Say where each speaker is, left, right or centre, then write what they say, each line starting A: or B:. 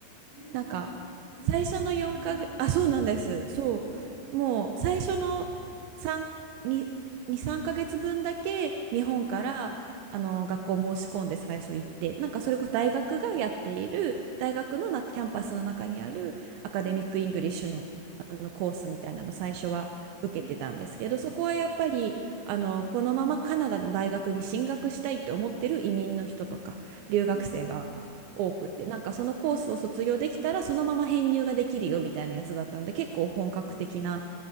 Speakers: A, on the right (about 50°); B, on the right (about 80°).
A: ええい、
B: なんか最初の4か月あそうなんですそうもう最初の3
A: いろんな学校に行ったんですね。ええ
B: 2 2、3ヶ月分だけ日本からあの学校申し込んで最初行ってなんかそれこそ大学がやっている大学のなキャンパスの中にあるアカデミック・
A: うん、うん、うん、うん、はい、
B: イングリッシュの、あのコースみたいなの最初は受けてたんですけどそこはやっぱりあのこのままカナダの大学に進学したいって思ってる移民の人とか留学生が多くってなんかそのコースを卒業できたらそのまま編入ができるよみたいなやつだったんで結構本格的な
A: うん、うん、うん、おお、